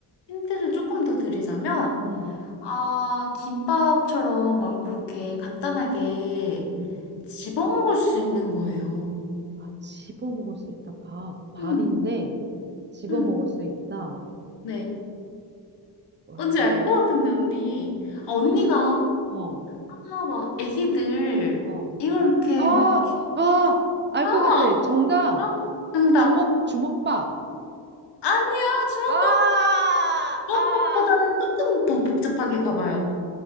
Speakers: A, on the left; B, on the right.
A: 힌트를 조금 더 드리자면,
B: 음,
A: 아, 김밥처럼 막 그렇게 간단하게
B: 음.
A: 집어먹을 수 있는 거예요.
B: 아 집어 먹을 수 있다. 밥, 밥인데
A: 응
B: 집어
A: 응
B: 먹을 수 있다.
A: 네.
B: 와,
A: 뭔지 알 것 같은데, 언니. 아, 언니가,
B: 어,
A: 아, 막, 애기들,
B: 어.
A: 이걸 이렇게
B: 아,
A: 막, 이렇게-
B: 아, 알
A: 아,
B: 것 같아. 정답.
A: 아, 정답.
B: 주먹, 주먹밥.
A: 아니야, 주먹밥,
B: 아,
A: 주먹밥보다는
B: 아,
A: 조금 더 복잡하게 가봐요.